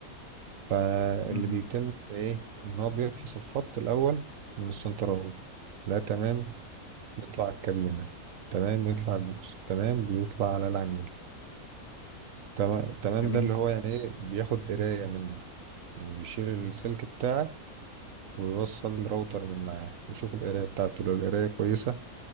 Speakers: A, on the right (about 65°); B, on the left (about 45°).
A: فاللي
B: مم.
A: بيتم ايه ان هو
B: مم.
A: بيفحص الخط الاول من السنترال لا تمام بيطلع الكابينة تمام بيطلع البوكس تمام بيطلع على العميل تمام تمام
B: جميل
A: ده اللي هو يعني ايه بياخد قراية منه يعني بيشيل السلك بتاعه ويوصل راوتر من معاه يشوف القراية بتاعته لو القراية كويسة